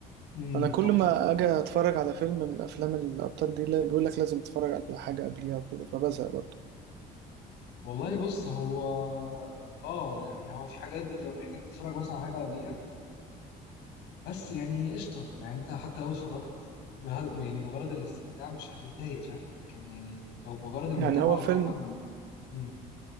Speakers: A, on the left; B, on the right.
A: امم
B: انا كل
A: تحفة
B: ما اجي اتفرج على فيلم من افلام الابطال دي اللي بيقول لك لازم تتفرج على حاجه قبليها وكده فبزهق برضه
A: والله بص هو اه يعني هو في حاجات بتبقى محتاج تتفرج مثلا على حاجة قبليها بس يعني قشطة يعني انت حتى لو اتفرجت بهد... يعني بغرض الاستمتاع مش هتتضايق فاهم لكن يعني لو بغرض المتابعة
B: يعني هو
A: وتفهم
B: فيلم
A: امم